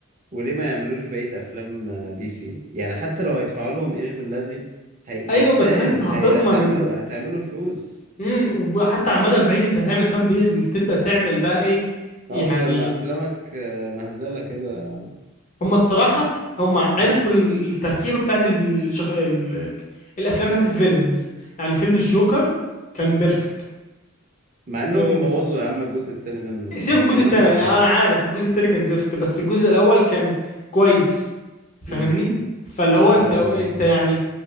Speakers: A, on the right; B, on the left.
A: وليه ما يعملوش بقية افلام آه، دي سي يعني حتى لو هيدفعوا لهم ايش باللذي
B: <laughs>
A: هي-
B: ايوه
A: يستاهل
B: بس انت هتضمن
A: هي- هتعملوا
B: انك
A: هتعملوا فلوس
B: امم وحتى على المدى البعيد انت هتعمل فان بيز انت تبدا تعمل بقى ايه يعني
A: اه بدل ما افلامك آه، مهزله كده
B: هم الصراحه
A: م-
B: هم عرفوا
A: م-
B: التركيبه بتاعت الشخ... ال... الافلام بتاعت الفيلنز يعني فيلم الجوكر كان بيرفكت
A: مع انهم
B: إيه،
A: بوظوا يا عم الجزء التاني منه
B: سيبك
A: ما
B: من
A: كان
B: الجزء التاني
A: وحش
B: يعني
A: خالص
B: انا عارف الجزء التاني كان زفت بس الجزء الاول كان كويس فاهمني
A: امم
B: فاللي هو
A: اه
B: انت انت
A: طبعا اه
B: يعني